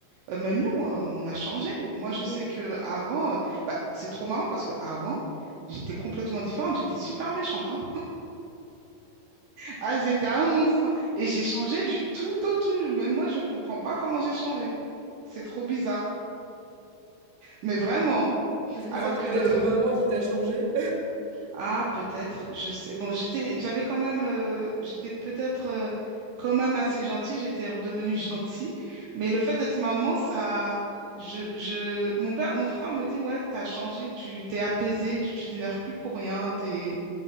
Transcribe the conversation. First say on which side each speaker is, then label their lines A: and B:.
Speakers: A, on the right; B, on the right.
A: Euh, même nous, euh, on a changé. Moi,
B: mmh.
A: je sais que avant, euh, bah, c'est trop marrant parce que avant, j'étais complètement différente, j'étais super méchante, hein. Ah, c'était un monstre. hein. Et j'ai changé du tout au tout. Même moi, je comprends pas comment j'ai changé. C'est trop bizarre. Mais vraiment.
B: Est-ce que
A: Alors
B: c'est le
A: que,
B: fait d'être maman qui t'a changé?
A: ah, peut-être, je sais. Bon, j'étais, j'avais quand même, euh, j'étais peut-être euh, quand même assez gentille. J'étais redevenue <laughs> gentille. Mais le fait d'être maman, ça, je, je, mon père, mon frère me dit, ouais, t'as changé, tu t'es apaisée, tu t'énerves plus pour rien. T'es,